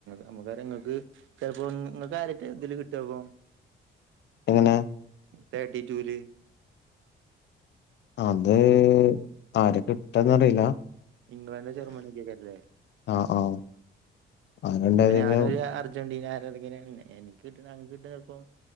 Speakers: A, on the right; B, on the left.
A: നമ്മക്കാര എങ്ങക്ക് ചെപ്പോ നിങ്ങക്ക് ആരട്ട് എതില് കിട്ടപ്പ
B: എങ്ങനെ
A: തടിി ജൂലി
B: അത് ആര് കിട്ടന്ന്റിയില്ല
A: ഇംഗ്ലണ്ട് ജർമ്മനിയക്കെക്കരില്ലേ
B: ആഹ് ആഹ് ആരുണ്ടായതെങ്കിലും
A: അപ്പ ഞാനൊരു അർജന്റീന അതെങ്ങനെയ എനിക്ക്ിട്ട് ഞ കിട്ട ചിലപ്പോം